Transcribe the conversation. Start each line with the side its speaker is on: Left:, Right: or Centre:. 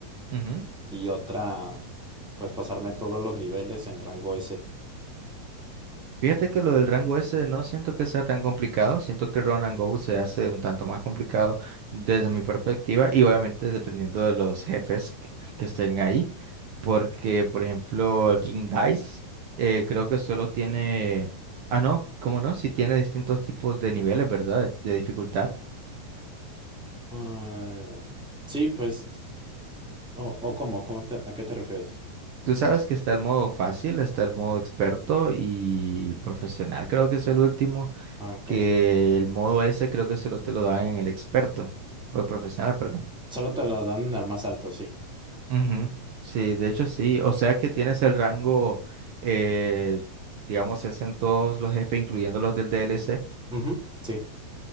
Right: Ujú.
Centre: y otra, pues pasarme todos los niveles en rango S.
Right: Fíjate que lo del rango ese no siento que sea tan complicado, siento que el run and go se hace un tanto más complicado desde mi perspectiva y obviamente dependiendo de los jefes que que estén ahí, porque por ejemplo el King Dice eh, creo que solo tiene, ah no, cómo no, si tiene distintos tipos de niveles, ¿verdad? De, de dificultad.
Centre: Ah, sí, pues, o, o cómo, cómo te- ¿a qué te refieres?
Right: Tú sabes que está el modo fácil, está el modo experto y profesional, creo que es el último.
Centre: Ah, ok.
Right: que el modo ese creo que solo te lo dan en el experto, o el profesional, perdón.
Centre: Solo te lo dan al más alto, sí.
Right: Ujú, Sí, de hecho sí, o sea que tienes el rango, eh, digamos, es en todos los jefes, incluyendo los del DLC.
Centre: Ujú, sí.